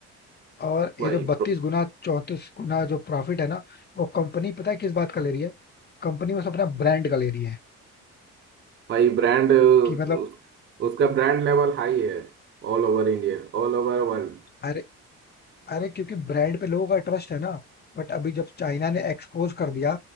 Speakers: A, on the left; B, on the right.
A: और
B: वही
A: ये जो बत्तीस गुना चौंतीस गुना जो प्रॉफिट है ना वो कंपनी पता है किस बात का ले रही है कंपनी बस अपना ब्रांड का ले रही है
B: भाई ब्रांड उस,
A: कि मतलब
B: उसका ब्रांड लेवल हाई है all over India all over world
A: अरे अरे क्योंकि ब्रांड पे लोगों का ट्रस्ट है ना बट अभी जब चाइना ने एक्सपोज कर दिया